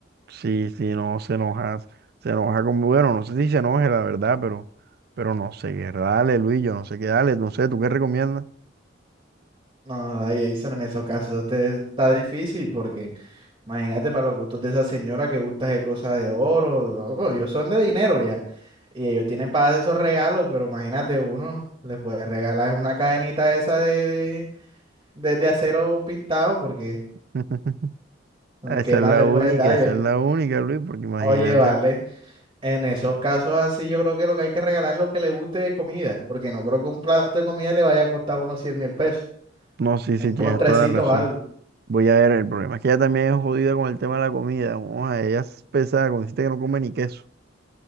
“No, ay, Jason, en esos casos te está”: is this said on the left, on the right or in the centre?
Right